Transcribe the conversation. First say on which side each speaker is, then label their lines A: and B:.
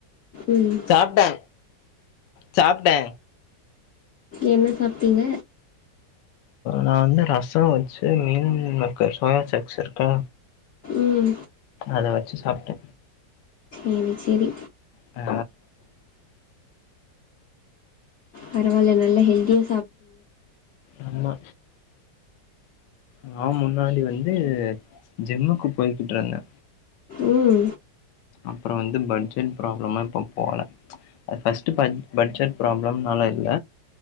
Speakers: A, on the left; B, on the left.
A: ம்
B: சாப்டே சாப்டே
A: என்ன சாப்டிங்க
B: நா வந்து ரசம் வச்சு மீன்மேக்கர் சோயா சாக்ஸ் இருக்கா
A: உம்
B: அத வச்சி சாப்ட்டே
A: ம் செரி
B: ஆ
A: பரவால நல்ல ஹெல்தியா
B: ஆமா நா முன்னாடி வந்து ஜிம்முக்கு போய்கிட்ருந்தே
A: உம்
B: அப்றோ வந்து பட்ஜெட் ப்ராப்ளமா இப்பம் போல அது ஃபஸ்ட் பட் பட்ஜெட் ப்ராப்ளம்னால இல்ல